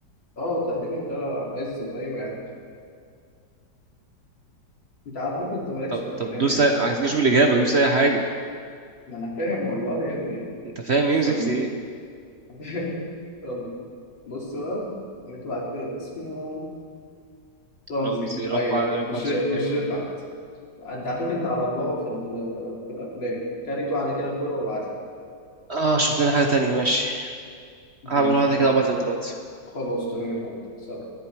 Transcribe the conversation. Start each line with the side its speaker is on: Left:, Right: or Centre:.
Left: آه تقريبا ترى عزت أيوه يعني أنت على فكرة أنت مالكش
Right: طب
Left: في الأفلام
Right: طب دوس
Left: يعني
Right: أي- عايزين نشوف الإجابة دوس أي حاجة
Left: ما أنا فاهم والله يا ابني
Right: أنت فاهم
Left: استنى
Right: إيه وزفت إيه
Left: <laughs> فاهم يلا بص بقى نطلع في اسمه رمزي
Right: رمزي رفع
Left: ايوه
Right: رفعت
Left: مش
Right: سكان
Left: مش رفعت انت على فكره انت على الله في ال- في الافلام كاريت واحده كده كوره وابعت لي
Right: اه شفت لنا حاجة تانية ماشي
Left: ماشي
Right: هعمل واحدة
Left: خلاص
Right: كده وابعتلك دلوقتي
Left: خلاص تمام يا حبيبي سلام